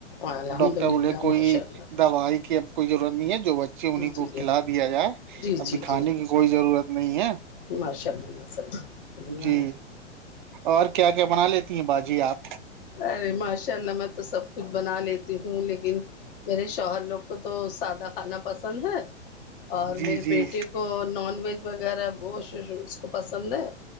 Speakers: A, on the left; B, on the right.
A: الحمد
B: ا ڈاکٹر
A: للہ
B: بولے کوئی
A: ماشاء اللہ
B: دوائی کی اب کوئی ضرورت نہیں ہے جو بچے انہیں
A: جی جی
B: کو
A: جی
B: کھلا دیا جائے
A: جی
B: اب
A: جی
B: دکھانے
A: جی
B: کی کوئی ضرورت نہیں ہے
A: ماشاء ال ماشاء بیا
B: جی
A: ہے
B: اور کیا کیا بنا لیتی ہیں باجی آپ
A: ارے ماشاء اللہ میں تو سب کچھ بنا لیتی ہوں لیکن میرے شوہر لوگ کو تو سادہ کھانا پسند ہے اور
B: جی
A: میرے
B: جی
A: بیٹے کو نان ویج وغیرہ وہ اس کو پسند ہے